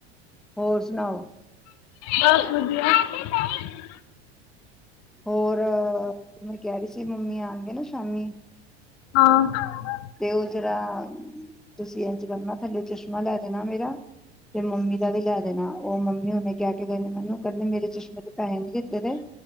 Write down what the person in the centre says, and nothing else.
ਹੋਰ ਸੁਣਾਓ।
ਹੋਰ ਅ ਮੈਂ ਕਹਿ ਰਹੀ ਸੀ ਮੰਮੀ ਆਣਗੇ ਨਾ ਸ਼ਾਮੀ
ਤੇ ਉਹ ਜਿਹੜਾ ਤੁਸੀਂ ਇੰਝ ਕਰਨਾ ਥੱਲੇ ਚਸ਼ਮਾ ਲੈ ਦੇਣਾ ਮੇਰਾ ਤੇ ਮੰਮੀ ਦਾ ਵੀ ਲੈ ਦੇਣਾ ਉਹ ਮੰਮੀ ਹੁਣੇ ਕਹਿ ਕੇ ਗਏ ਨੇ ਮੈਨੂੰ ਕਰਨ ਨੇ ਮੇਰੇ ਚਸ਼ਮੇ ਦੇ ਪੈਹੇ ਨਹੀਂ ਦਿੱਤੇ ਦੇ